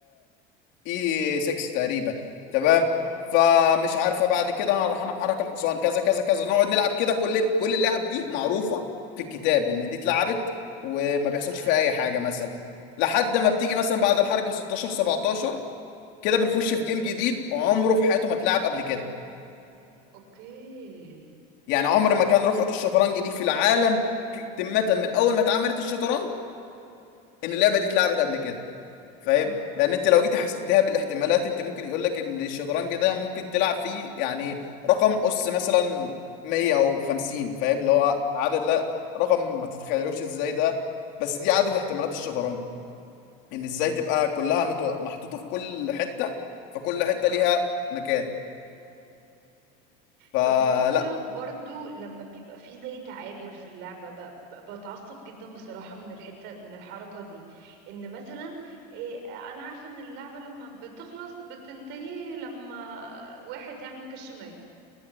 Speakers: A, on the left (about 60°); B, on the right (about 60°).
A: اي 6 تقريبا تمام
B: اه
A: فمش عارفه بعد كده هروح انا محرك الحصان كذا كذا كذا نقعد نلعب كده كل كل اللعب دي معروفه في الكتاب ان دي اتلعبت وما بيحصلش
B: ايوه
A: فيها اي حاجه مثلا لحد ما بتيجي مثلا بعد الحركه 16 17 كده بنخش في جيم جديد عمره في حياته ما اتلعب قبل كده
B: اوكي
A: يعني عمر ما كان رقعه الشطرنج دي في العالم ك- تمه من اول ما اتعملت الشطرنج ان اللعبه دي اتلعبت قبل كده فاهم
B: امم
A: لان انت لو جيتي حسبتها بالاحتمالات انت ممكن يقول لك ان الشطرنج ده ممكن تلعب فيه يعني رقم اس مثلا 100 او 50 فاهم اللي هو عدد لا رقم ما تتخيلوش ازاي ده بس دي عدد احتمالات الشطرنج ان ازاي تبقى كلها متو... محطوطة في كل حتة فكل حتة
B: اه
A: ليها مكان فلا
B: بستغرب برضو لما بيبقى فيه زي تعادل في اللعبة ب- ب- بتعصب جدا بصراحة من الحتة من الحركة دي ان مثلا إيه انا عارفة ان اللعبة لما بتخلص بتنتهي لما واحد يعمل كش مات